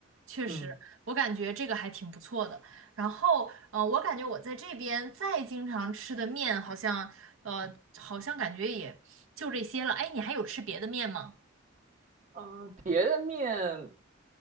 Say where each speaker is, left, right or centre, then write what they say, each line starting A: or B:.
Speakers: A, on the right (about 85°); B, on the right (about 40°).
A: 确实，
B: 嗯。
A: 我感觉这个还挺不错的。然后，呃，我感觉我在这边再经常吃的面，好像，呃，好像感觉也就这些了。哎，你还有吃别的面吗？
B: 嗯，呃别的面。